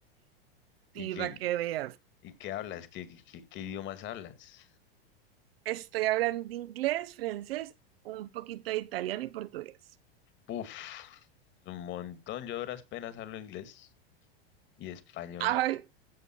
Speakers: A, on the left; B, on the right.
A: ¿y
B: Sí,
A: qué,
B: va que veas.
A: y qué hablas? ¿Qué, qué, qué- qué idiomas hablas?
B: Estoy hablando de inglés, francés, un poquito de italiano y portugués.
A: Uf, un montón, yo a duras penas hablo inglés y español,
B: Ay,